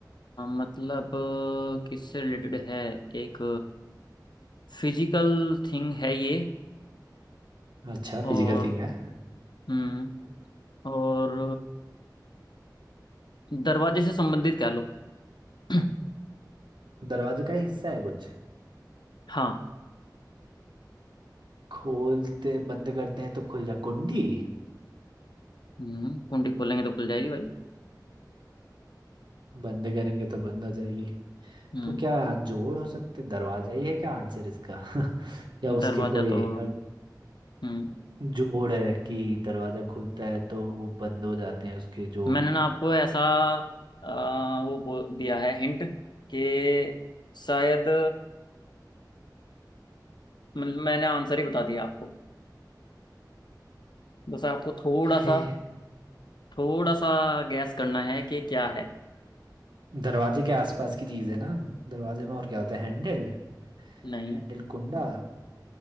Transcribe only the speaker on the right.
अच्छा फिजिकल
थिंग है
दरवाजे का ही हिस्सा है कुछ
खोलते बंद करते हैं तो खुल जा कुंडी
बंद करेंगे तो बंद हो जाएगी
तो क्या जोड़ हो सकते दरवाजा ही है क्या आंसर इसका <laughs> या उसके
कोई
अ,
जोड़ है कि दरवाजा खुलता है तो वो बंद हो जाते हैं उसके जोड़
हे,
दरवाजे के आसपास की चीज है ना दरवाजे में और क्या होता है हैंडल
हैंडल कुंडा